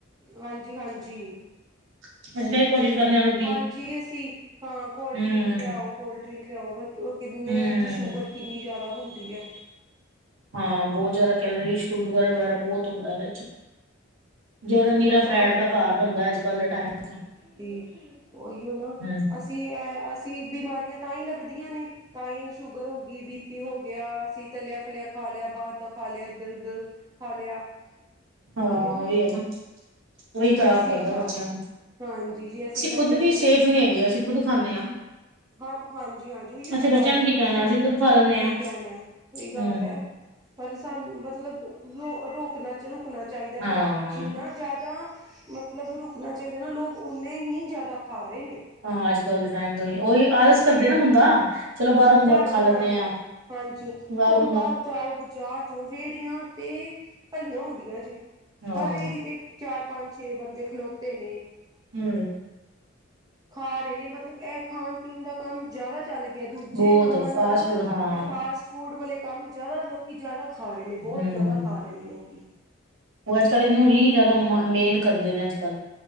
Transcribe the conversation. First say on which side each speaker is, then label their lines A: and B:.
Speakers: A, on the right (about 20°); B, on the right (about 75°).
A: ਹਾਂਜੀ-ਹਾਂਜੀ।
B: <unintelligible> ਕੋਸ਼ਿਸ਼ ਕਰਨੇ ਓਨੂੰ
A: ਹਾਂਜੀ ਅਸੀਂ ਹਾਂ ਕੋਲਡ
B: ਹਮ
A: ਡਰਿੰਕ ਲਿਆਓ। ਕੋਲਡ ਡਰਿੰਕ ਲਿਆਓ ਪਰ ਕਿੰਨੇ
B: ਹਮ
A: ਏਹ 'ਚ ਸ਼ੂਗਰ ਕਿੰਨੀ ਜਾਦਾ ਹੁੰਦੀ ਐ।
B: ਹਾਂ ਬੋਤ ਜਾਦਾ ਕੈਲਰੀ, ਸ਼ੂਗਰ ਵਗੈਰਾ ਬੀਤ ਹੁੰਦਾ ਏਦੇ 'ਚ। ਜੇੜਾ ਨੀਰਾ
A: ਨੁਕਸਾਨ
B: ਫੈਟ ਦਾ ਘਰ ਬਨਦਾ ਅੱਜ ਕੱਲ ਦੇ ਟਾਈਮ। ਚ
A: ਹੂੰ, ਓਇਓ ਨਾ,
B: ਹਮ
A: ਅਸੀਂ ਐ ਅਸੀਂ ਬੀ ਬਿਮਾਰੀਆਂ ਤਾਂ ਈ ਲੱਗਦੀਆਂ ਨੇ ਤਾਂ ਈ ਸ਼ੂਗਰ ਹੋ ਗੀ, ਬੀਪੀ ਹੋ ਗਿਆ, ਸੀ ਤਲਿਆ ਫਲਿਆ ਖਾ ਲਿਆ, ਬਾਰ ਦਾ ਖਾ ਲਿਆ, ਏਧਰ, ਉਧਰ ਖਾ ਲਿਆ।
B: ਹਾਂ
A: ਓਈ ਐ ਨਾ
B: ਉਹੀ ਹੈ ਉਹੀ
A: ਜੇ
B: ਖ਼ਰਾਬ
A: ਅਸੀਂ
B: ਕਰਦਾ
A: ਸ
B: ਬੱਚਿਆਂ ਨੂੰ
A: ਹਾਂਜੀ, ਜੇ ਅਸੀਂ ਬੱਚਿਆਂ
B: ਖੁਦ ਵੀ
A: ਨੂੰ
B: ਸੇਫ ਨੀ ਹੈਗੇ ਅਸੀਂ ਖੁਦ ਖਾਂਦੇ ਹਾਂ
A: ਹਾਂ ਹਾਂਜੀ-ਹਾਂਜੀ ਓਇਓ
B: ਅਸੀਂ
A: ਤੇ
B: ਬੱਚਿਆਂ
A: ਗੱਲ ਐ
B: ਨੂੰ
A: ਨਾ
B: ਕੀ ਕਹਿਣਾ
A: ਅਸੀਂ
B: ਖੁਦ ਖਾ ਲੈਂਦੇ
A: ਕੀ
B: ਹਾਂ
A: ਕਹਿਣਾ ਐ ਸਹੀ ਗੱਲ
B: ਹਮ
A: ਐ। ਪਰ ਸਾਨੂੰ ਮਤਲਬ ਰੋ ਰੋਕਨਾ, ਰੁਕਨਾ ਚਾਈਦਾ
B: ਹਾਂ
A: ਪਰ ਜਿੰਨਾ ਜਾਦਾ ਮਤਲਬ ਰੁਕਨਾ ਚਾਈਦਾ ਨਾ ਲੋਕ ਉਨਾਂ ਹੀ ਜਾਦਾ ਖਾ ਰੇ ਨੇ।
B: ਹਾਂ ਅੱਜ ਕੱਲ ਦੇ ਟਾਈਮ ਤੋਂ ਹੀ ਉਹੀ
A: ਹਾਂਜੀ
B: ਆਲਸ ਕਰਦੇ
A: ਰੇ
B: ਨਾ ਬੰਦਾ ਚਲੋ ਬਾਹਰੋਂ ਮੰਗਾ
A: ਘਰ
B: ਕੇ ਖਾ
A: ਬਣਾਉਣ
B: ਲੈਂਨੇ
A: ਦਾ
B: ਆਂ
A: ਹਾਂਜੀ
B: ਬਾਹਰੋਂ
A: ਹੁਣ ਬਾਹਰ ਜਾਓ ਬਜ਼ਾਰ ਜੋ ਰੇਹੜੀਆਂ ਤੇ ਭਰੀਆਂ ਹੁੰਦੀਆਂ ਜੇ,
B: ਹਾਂ
A: ਹਰ ਰੇਹੜੀ ਤੇ ਚਾਰ ਪੰਜ ਛੇ ਬੰਦੇ ਖਲੋਤੇ ਨੇ
B: ਹੂ
A: ਖਾ ਰਹੇ ਨੇ, ਮਤਲਬ ਇਹ ਖਾਣ ਪੀਣ ਦਾ ਕੰਮ ਜ਼ਿਆਦਾ ਚੱਲ ਗਿਆ, ਦੂਜੇ
B: ਬਹੁਤ
A: ਕੰਮਾਂ ਨਾਲੋਂ
B: ਫਾਸਟ ਫੂਡ
A: ਇਹ
B: ਹਾਂ
A: ਫਾਸਟ ਫੂਡ ਵਾਲੇ ਕੰਮ, ਜ਼ਿਆਦਾ ਲੋਕ ਜ਼ਿਆਦਾ ਖਾ ਰਹੇ ਨੇ ਬਹੁਤ
B: ਹੂੰ,
A: ਜ਼ਿਆਦਾ ਖਾ ਰਹੇ ਨੇ ਲੋਕੀ
B: ਉਹ ਅੱਜ ਕੱਲ੍ਹ ਇਹਨੂੰ ਹੀ ਜ਼ਿਆਦਾ ਮ ਮੇਨ ਕਰਦੇ ਨੇ ਅੱਜ ਕੱਲ੍ਹ